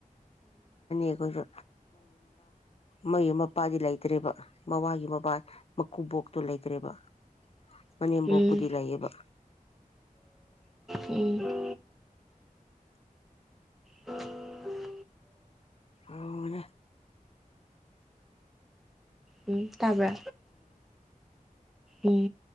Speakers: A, on the left; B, in the centre.
A: ꯏ ꯀꯣꯏꯁꯨ ꯃꯌ ꯃꯄꯥꯗꯤ ꯂꯩꯇ꯭ꯔꯦꯕ ꯃꯃꯒꯤ ꯃꯕꯥ ꯃꯀꯨꯕꯣꯛꯇꯣ ꯂꯩꯇ꯭ꯔꯦꯕ ꯃꯅꯦꯝꯕꯣꯛꯄꯨꯗꯤ
B: ꯎꯝ ꯎꯝ
A: ꯂꯩꯌꯦꯕ
B: ꯎꯝ ꯎ
A: ꯑꯅꯦ
B: ꯎꯝ ꯇꯥꯕ ꯎꯝ